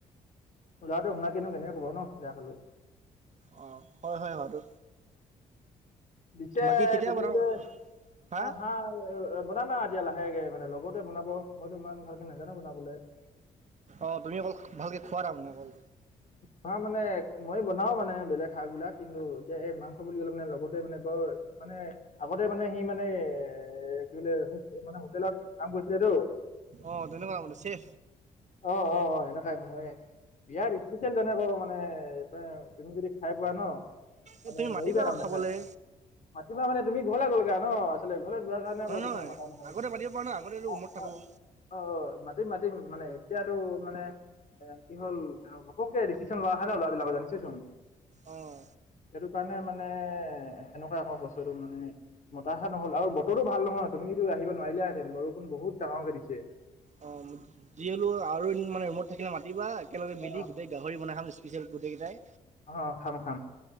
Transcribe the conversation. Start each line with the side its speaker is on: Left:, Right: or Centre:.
Left: লৰাটো শুনাকিনো কেনেকে কব নহ, জানোঁ
Right: অ হয় হয়, হোৱাটো
Left: পিচে
Right: বাকী কেতিয়া
Left: তুমি
Right: বনাব
Left: যে
Right: হা
Left: অ, আহ অহ অহ অহ বনাম আও এতিয়া লাহেকে মানে লগতে বনাব, মইতো ইমান ভালকে নেজানো বনাবলৈ।
Right: অহ, তুমি অকল ভালকৈ খোৱা তাৰমানে অকল
Left: নহয় মানে মই বনাও মানে বেলেগ শাক বিলাক কিন্তু এতিয়া এই মাংস বুলি কলে মানে লগৰটোৱে মানে বৰ মানে আগতে মানে সি মানে এ এ এ এ এহ কি বোলে মানে হোটেলত কাম কৰিছিলেটো।
Right: অ‌ তেনেকুৱা গোন্ধাইছে।
Left: অ অ অ এনেকুৱাই মই বিয়াৰ স্পেচিয়েল যেনেকা মানে তহ তুমি যদি খাই পোৱা নহ মানে
Right: এই তুমি
Left: নেৰিবা
Right: মাতিবা
Left: তাৰমানে
Right: খাবলৈ
Left: খাই মাতিবা মানে তুমি ঘৰলে গলাগে নহ মানে ঘৰলৈ যোৱাৰ কাৰণে আকৌ
Right: নহয়
Left: তোমাক মাতা নহয়।
Right: আগতে মাতিব পাৰা ন আগতে ৰুমত
Left: অ
Right: থাকোঁ
Left: হয়। অ অ মাতিম মাতিম, মানে এতিয়াতো মানে এহ কি হ'ল অহ ঘপককে ডিচিশ্যন লোৱা হয় নহ। লৰাবিলাকৰ জানিচেছোন
Right: অহ
Left: সেইটো কাৰণে মানে সেনেকুৱা আকৌ বস্তুটো মানে মতাষা নহল আৰু বতৰো ভাল নহয়। তুমিতো আহিব নোৱাৰিলাহেঁতেন। বৰষুণ বহুত ডাঙৰকে দিছে।
Right: অহ যি হলেও আৰু এদিন মানে ৰুমত থাকিলে মাতিবা, একেলগে মিলি
Left: অ
Right: গোটেই গাহৰি বনাই খাম স্পেচিয়েল গোটেই কেইটাই
Left: অহ অহ, খাম খাম।